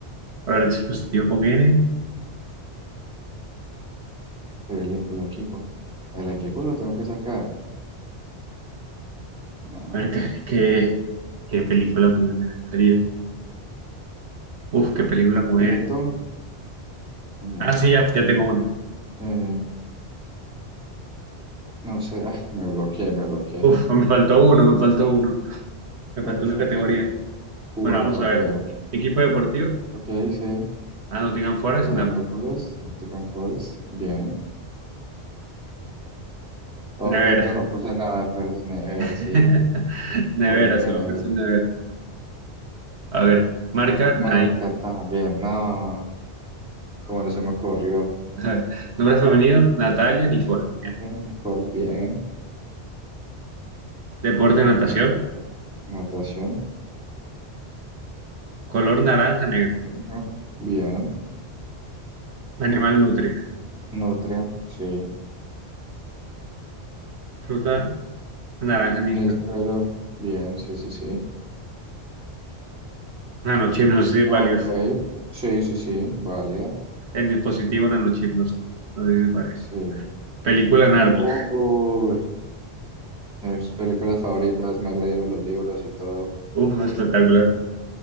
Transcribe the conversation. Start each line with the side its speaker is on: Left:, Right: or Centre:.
Right: a ver, dispositivo con N,
Centre: película, equipo. El equipo lo tengo que sacar. No,
Right: a ver, <laughs> ¿qué, qué, qué película con N sería? Uf, qué película con
Centre: objeto,
Right: N.
Centre: mm,
Right: Ah, sí, ya, ya tengo una.
Centre: eh, no sé, ah, me bloqueé, me bloqueé.
Right: Uf, <laughs> me faltó uno, me faltó uno, me
Centre: Me
Right: faltó
Centre: faltaron
Right: una categoría.
Centre: cuatro,
Right: Bueno, vamos a ver.
Centre: creo.
Right: Equipo deportivo,
Centre: Ok, sí.
Right: ah, Nottingham Forest
Centre: Bien,
Right: y Nápoles.
Centre: Nápoles, Tican Flores, bien. Objeto,
Right: Nevera.
Centre: no puse nada, pero es nevera,
Right: <laughs>
Centre: sí.
Right: Nevera,
Centre: Muy bien
Right: solo
Centre: ahí.
Right: pensé en nevera. A ver, marca Nike.
Centre: Marca también, no. Como no se me ocurrió.
Right: <laughs> A ver, nombre femenino, Natalia Nicole.
Centre: También, Nicole, bien.
Right: Deporte, natación.
Centre: Nota- Notación,
Right: Color naranja, negro.
Centre: ajá, bien.
Right: Animal nutria.
Centre: Nutria, sí.
Right: Fruta, naranja,
Centre: Níspero,
Right: níspero.
Centre: bien, sí, sí, sí.
Right: Nanochip, no sé si es
Centre: Ok,
Right: válido.
Centre: sí, sí, sí, válida,
Right: En dispositivo, nanochip, no sé. No sé si es válido.
Centre: sí.
Right: Película, Narnia.
Centre: Uy, mis películas favoritas, me he leído los libros y todo.
Right: Uf, no, espectacular.